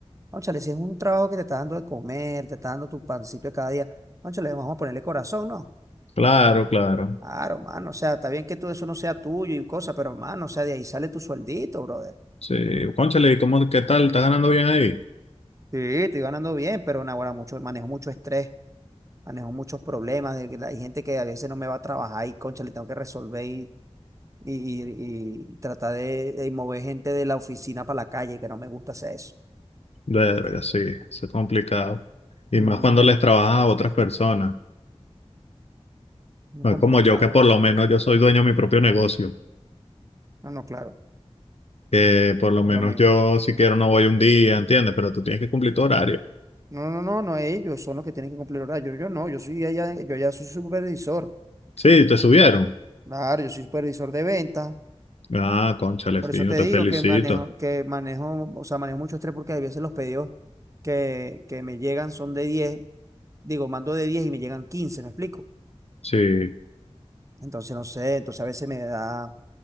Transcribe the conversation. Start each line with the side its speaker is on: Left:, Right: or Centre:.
Right: Ónchale, si es un trabajo que te está dando de comer, te está dando tu pancito de cada día, ónchale, vamos a ponerle corazón, ¿no?
Left: Claro, claro.
Right: Claro, mano, o sea, está bien que todo eso no sea tuyo y cosas, pero mano, o sea, de ahí sale tu sueldito, brother.
Left: Sí. Cónchale, ¿y cómo, qué tal? ¿Estás ganando bien ahí?
Right: Sí, estoy ganando bien, pero naguará, mucho, manejo mucho estrés, manejo muchos problemas, de que la- hay gente que a veces no me va a trabajar y, concha, le tengo que resolver y, y, y- y tratar de, de mover gente de la oficina para la calle, que no me gusta hacer eso.
Left: Verga, sí, eso es complicado. Y
Right: Ujú,
Left: más cuando les trabajas a otras personas.
Right: Muy
Left: No
Right: complicado.
Left: es como yo, que por lo menos yo soy dueño de mi propio negocio.
Right: No, no, claro,
Left: Que por lo
Right: no
Left: menos
Right: es lo mismo.
Left: yo, si quiero, no voy un día, ¿entiendes? Pero tú tienes que cumplir tu horario.
Right: No, no, no, no, ellos son los que tienen que cumplir horario. Yo no, yo soy allá, yo allá soy supervisor.
Left: Sí, te subieron.
Right: Claro, yo soy supervisor de ventas.
Left: Ah, cónchale,
Right: Por
Left: fino,
Right: eso te
Left: te
Right: digo
Left: felicito.
Right: que manejo, que manejo, o sea, manejo mucho estrés porque a veces los pedidos que, que me llegan son de 10. digo, mando de 10 y me llegan 15. ¿me explico?
Left: Sí,
Right: Entonces no sé, entonces a veces me da,